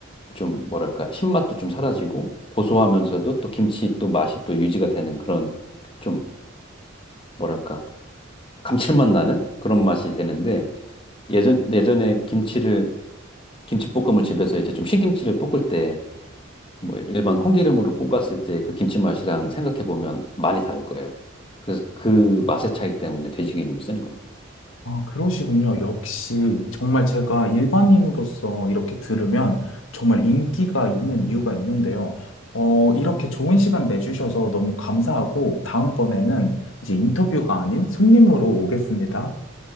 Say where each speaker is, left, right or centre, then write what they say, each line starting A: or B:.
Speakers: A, on the left (about 25°); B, on the left (about 80°).
A: 좀 뭐랄까 신맛도 좀 사라지고 고소하면서도 또 김치 또 맛이 또 유지가 되는 그런 좀 뭐랄까 감칠맛 나는 그런 맛이 되는데 예전 예전에 김치를 김치볶음을 집에서 이제 좀 신김치를 볶을 때 뭐 일반 콩기름으로 볶았을 때 그 김치 맛이랑 생각해 보면 많이 다를 거예요. 그래서 그 맛의 차이 때문에 돼지기름을 쓰는 겁니다.
B: 아, 그러시군요. 역시 정말 제가 일반인으로서 이렇게 들으면 정말 인기가 있는 이유가 있는데요. 어, 이렇게 좋은 시간 내주셔서 너무 감사하고 다음번에는 이제 인터뷰가 아닌 손님으로 오겠습니다.